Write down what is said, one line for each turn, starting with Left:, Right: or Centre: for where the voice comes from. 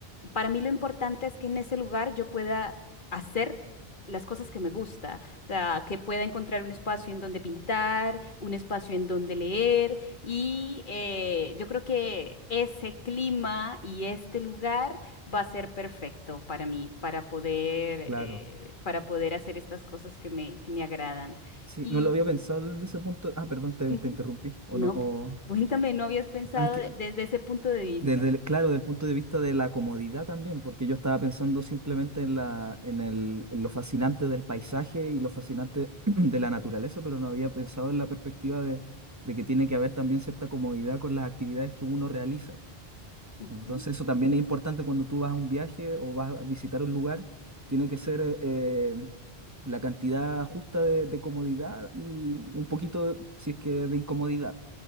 Left: para mí lo importante es que en ese lugar yo pueda hacer las cosas que me gusta, o sea, que pueda encontrar un espacio en donde pintar, un espacio en donde leer y eh, yo creo que ese clima y este lugar va a ser perfecto para mí, para poder,
Right: Claro.
Left: eh, para poder hacer estas cosas que me, que me agradan.
Right: Sí,
Left: Y
Right: no lo había pensado desde ese punto. Ah, perdón, te,
Left: ujú,
Right: te interrumpí, o
Left: no,
Right: no,
Left: p- cuéntame, ¿no habías pensado
Right: Ah, que-
Left: de- desde ese punto de vista?
Right: desde el- claro, del punto de vista de la comodidad también, porque yo estaba pensando simplemente en la, en el, en lo fascinante del paisaje y lo fascinante <clears throat> de la naturaleza, pero no había pensado en la perspectiva de, de que tiene que haber también cierta comodidad con las actividades que uno realiza.
Left: Ujú,
Right: Entonces, eso también es importante cuando tú vas a un viaje o vas a visitar un lugar, tiene que ser eh, eh, la cantidad justa de, de comodidad y un poquito, si es que, de incomodidad.